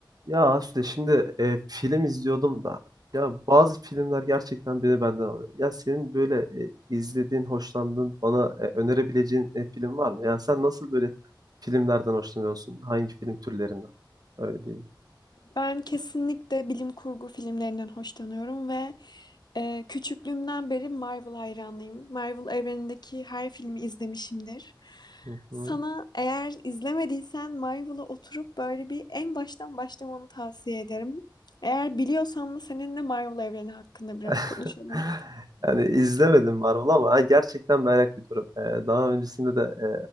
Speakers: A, on the right; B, on the left.
A: Ya Asude şimdi e, film izliyordum da ya bazı filmler gerçekten beni benden alıyor. Ya senin böyle e, izlediğin, hoşlandığın, bana e, önerebileceğin e, film var mı? Yani sen nasıl böyle filmlerden hoşlanıyorsun? Hangi film türlerinden? Öyle diyeyim.
B: Ben kesinlikle bilim kurgu filmlerinden hoşlanıyorum ve e, küçüklüğümden beri Marvel hayranıyım. Marvel evrenindeki her filmi izlemişimdir.
A: Hı hı.
B: Sana eğer izlemediysen Marvel'a oturup böyle bir en baştan başlamanı tavsiye ederim. Eğer biliyorsan da seninle Marvel evreni hakkında biraz
A: <laughs>
B: konuşalım.
A: Yani izlemedim Marvel ama ha, gerçekten merak ediyorum. E, daha öncesinde de e,